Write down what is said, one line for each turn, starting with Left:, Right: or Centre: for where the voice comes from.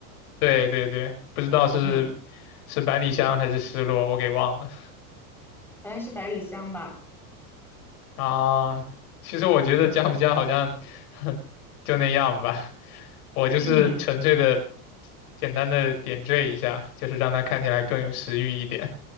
Left: 对对对，不知道是
Centre: 嗯，
Left: 是百里香还是石螺，我给忘了。
Centre: 好像是百里香吧，
Left: 啊，其实我觉得加不加好像
Centre: 嗯
Left: <laughs> 就那样吧，我就是纯粹的
Centre: 嗯
Left: 简单的点缀一下，就是让它看起来更有食欲一点。